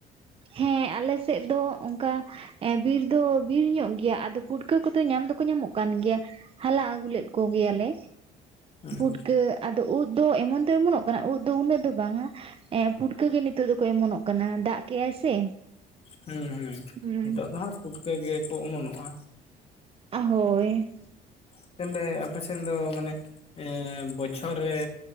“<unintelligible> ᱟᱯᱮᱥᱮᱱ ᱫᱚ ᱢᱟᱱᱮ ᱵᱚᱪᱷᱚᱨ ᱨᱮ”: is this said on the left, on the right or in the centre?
Left